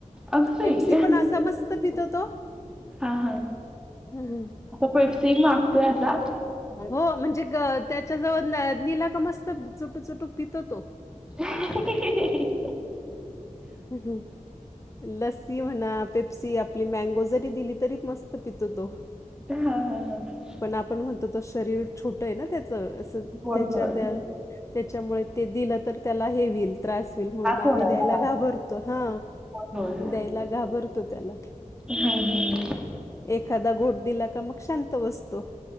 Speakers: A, in the centre; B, on the left.
A: अगं बाई!
B: पेप्सी पण असा मस्त पितो तो.
A: हा हा.
B: हम हं.
A: पेपसी मागतोय असा.
B: हो म्हणजे ग त्याच्या जवळ निलाग मस्त चुटू चुटू पितो तो.
A: हं हं.
B: ह् लसी म्हणा पेप्सी आपली मँगो जरी दिली तरी मस्त पितो तो.
A: हा हा हा ह
B: पण आपण म्हणतो त शरीर छोट आहे ना त्याच असं
A: होय,
B: त्याच्या
A: होय.
B: त्या - त्याच्यामुळे ते दिलं तर त्याला हे होईल त्रास होईल म्हणून आम्ही
A: होणार
B: द्यायला
A: त्रास.
B: घाबरतो हा.
A: होय,
B: द्यायला घाबरतो त्याला.
A: हा हा हा.
B: एखादा घोट दिला का मग शांत बसतो.